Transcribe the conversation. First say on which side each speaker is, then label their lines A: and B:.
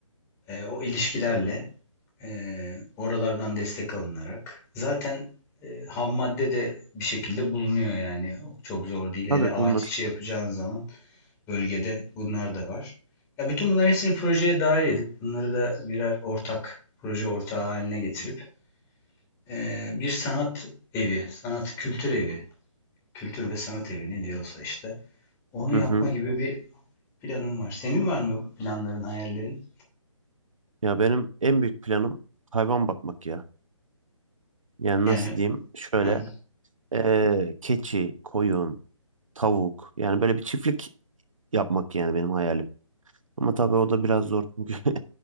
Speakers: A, on the left (about 15°); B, on the right (about 75°).
A: E, o ilişkilerle e, oralardan destek alınarak zaten e, ham madde de bir şekilde bulunuyor yani. Çok zor değil. Hele
B: Tabii
A: ağaç
B: bulunur.
A: işi yapacağın zaman bölgede bunlar da var. Ya bütün bunların hepsini projeye dahil edip bunları da birer ortak proje ortağı haline getirip eee, bir sanat evi, sanat kültür evi, kültür ve sanat evi ne diyorsa işte onu yapma
B: Hı hı.
A: gibi bir planım var. Senin var mı planların, hayallerin?
B: Ya benim en büyük planım hayvan bakmak ya. Yani
A: Yani
B: nasıl diyeyim? Şöyle
A: ha,
B: eee, keçi, koyun, tavuk. Yani böyle bir çiftlik yapmak yani benim hayalim. Ama tabii o da biraz zor çünkü <laughs>